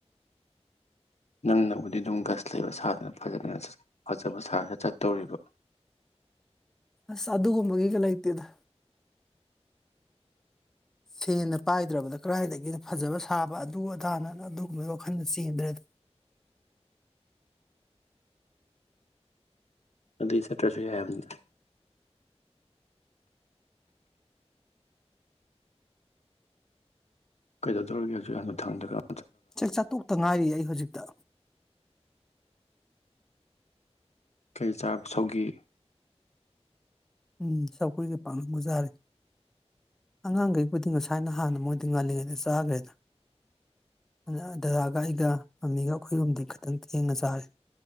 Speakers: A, on the left; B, in the centre.
A: ꯅꯪꯅꯕꯨꯗꯤ ꯑꯗꯨꯝ ꯒꯁ ꯂꯩꯕ ꯁꯥꯗꯅꯅ ꯐꯖꯅ ꯐꯖꯕ ꯁꯥꯔꯒ ꯆꯠꯇꯧꯔꯤꯕ
B: ꯑꯁ ꯑꯗꯨꯒꯨꯝꯕꯒꯤꯒ ꯂꯩꯇꯦꯗ ꯁꯦꯅ ꯄꯥꯏꯗ꯭ꯔꯕꯗ ꯀꯗꯥꯏꯗꯒꯤꯅꯣ ꯐꯖꯕ ꯁꯥꯕ ꯑꯗꯨ ꯑꯗꯥꯅꯥꯅ ꯑꯗꯨꯒꯨꯝꯕꯒꯤ ꯋꯥꯈꯜꯗ ꯆꯦꯟꯗ꯭ꯔꯦꯗ
A: ꯑꯗꯨꯏ ꯆꯠꯇ꯭ꯔꯁꯨ ꯌꯥꯏ ꯍꯥꯏꯕꯅꯤꯗ ꯀꯩꯗꯧꯗꯧꯔꯤꯒꯦ ꯍꯩꯖꯤꯛ ꯍꯅꯨꯊꯪꯗꯒ
B: ꯆꯥꯛ ꯆꯥ ꯇꯣꯛꯇ ꯉꯥꯏꯔꯤꯌꯦ ꯑꯩ ꯍꯧꯖꯤꯛ ꯇ
A: ꯀꯩ ꯆꯥꯕ ꯁꯧꯒꯤ
B: ꯎꯝ ꯁꯧꯚ꯭ꯔꯤꯒ ꯄꯥꯛꯅꯝꯒ ꯆꯥꯔꯦ ꯑꯉꯥꯡꯈꯩꯕꯨꯗꯤ ꯉꯁꯥꯏꯅ ꯍꯥꯟꯅ ꯃꯣꯏꯗꯤ ꯉꯜꯂꯤꯉꯩꯗ ꯆꯥꯒ꯭ꯔꯦꯗ ꯑꯗ ꯗꯗꯥꯒ ꯑꯩꯒ ꯃꯃꯤꯒ ꯑꯩꯈꯣꯏ ꯑꯍꯨꯝꯗꯤ ꯈꯇꯪ ꯊꯦꯡꯅ ꯆꯥꯔꯦ